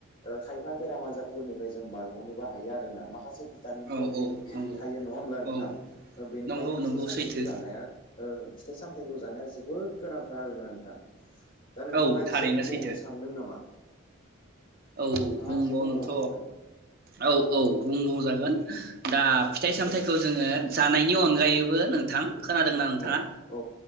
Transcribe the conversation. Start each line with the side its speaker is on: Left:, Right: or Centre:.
Left: ओ खायफा बेराम आजारफोरनिफ्राय जों बारगनोबो हायो आरोना माखासे भिटामिन
Right: औ
Left: प्रटिन
Right: औ नंगौ
Left: थायो नङा होमब्ला नों
Right: औ
Left: थां बेनिखायनो
Right: नंगौ
Left: फिथाइ
Right: नंगौ
Left: सामथायाइखौ
Right: सैथो
Left: जानाया ओ फिथाइ सामथाइखौ जानाया जोबोद गोनांथार आरोना नोंथां दा नोंथाङा
Right: औ थारैनो
Left: एसे बुंबावनो
Right: सैथो
Left: सानदों नामा?
Right: औ
Left: नोंथाङा
Right: बुंबावनोथ
Left: एसे बुंबावनो सानदों
Right: औ औ बुंबाव जाग गोन दाब फिथाइ सामथाइखौ
Left: दे
Right: जोङो जानायनि अनगायै बो नोंथां। खोनादोंना नोंथाङा?
Left: औ औ